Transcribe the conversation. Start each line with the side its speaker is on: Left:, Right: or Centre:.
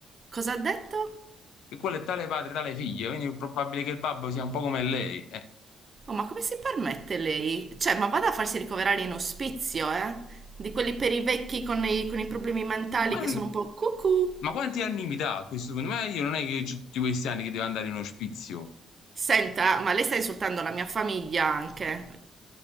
Right: Cosa ha detto?
Left: Che quello è tale padre, tale figlia, quindi è probabile che il babbo sia un po' come lei. Eh,
Right: Oh, ma come si permette lei? Cioè, ma vada a farsi ricoverare in ospizio, eh? Di quelli per i vecchi con i, con i problemi mentali
Left: ma,
Right: che sono un po' cucù.
Left: ma quanti anni mi dà a questo punto? Ma io non è che ho tutti questi anni che devo andare in ospizio.
Right: Senta, ma lei sta insultando la mia famiglia anche.